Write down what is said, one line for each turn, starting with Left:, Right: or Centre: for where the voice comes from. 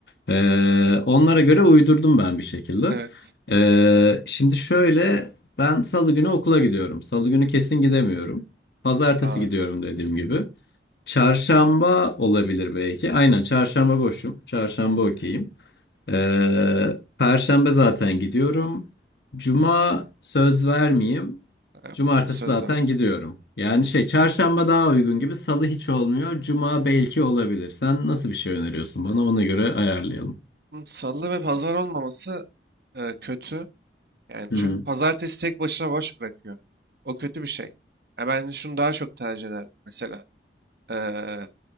Left: Ee, onlara göre uydurdum ben bir şekilde.
Right: Evet.
Left: Ee, şimdi şöyle ben salı günü okula gidiyorum. Salı günü kesin gidemiyorum. Pazartesi
Right: Aa,
Left: gidiyorum dediğim gibi. Çarşamba olabilir belki. Aynen çarşamba boşum. Çarşamba okeyim. Ee, Perşembe zaten gidiyorum. Cuma söz vermeyeyim.
Right: yok
Left: Cumartesi
Right: yani söz
Left: zaten
Right: var.
Left: gidiyorum. Yani şey çarşamba daha uygun gibi. Salı hiç olmuyor. Cuma belki olabilir. Sen nasıl bir şey öneriyorsun bana? Ona göre ayarlayalım.
Right: Hı, Salı ve pazar olmaması e, kötü. Yani
Left: Hı
Right: çünkü
Left: hı.
Right: pazartesi tek başına boş bırakıyor. O kötü bir şey. Ya ben şunu daha çok tercih ederdim mesela. Ee,